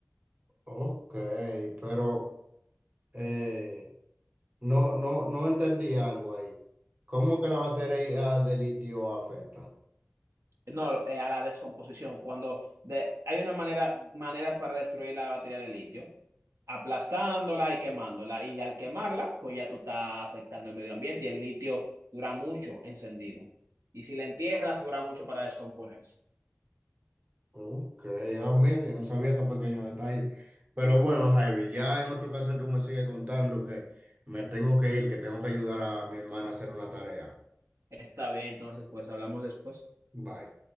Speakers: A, on the right; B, on the right.
A: Ok, pero... Eh, No, no, no entendí algo ahí. ¿Cómo que la batería de litio afectan?
B: No, eh, a la descomposición. Cuando de- hay una manera, maneras para destruir la batería de litio, aplastándola y quemándola. Y al quemarla, pues ya tú estás afectando el medio ambiente y el litio dura mucho encendido. Y si la entierras, dura mucho para descomponerse.
A: Ok, ah, mira, yo no sabía esos pequeños detalles. Pero bueno, Javi, ya en otra ocasión tú me sigues contando que me tengo que ir, que tengo que ayudar a mi hermana a hacer una tarea.
B: Está bien, entonces pues hablamos después.
A: Bye.